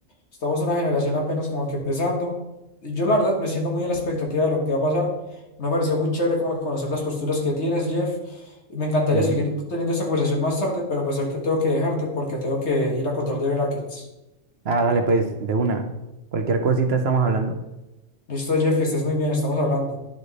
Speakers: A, on the left; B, on the right.
A: estamos en una generación apenas como que empezando. y Yo la verdad me siento muy en la expectativa de lo que va a pasar. Me pareció muy chévere como que conocer las posturas que tienes, Jeff. y Me encantaría
B: Ujú.
A: seguir teniendo esta conversación más tarde, pero pues ahorita tengo que dejarte porque tengo que ir a control de brackets.
B: Ah, dale, pues, de una. Cualquier cosita estamos hablando.
A: Listo, Jeff, que estés muy bien, estamos hablando.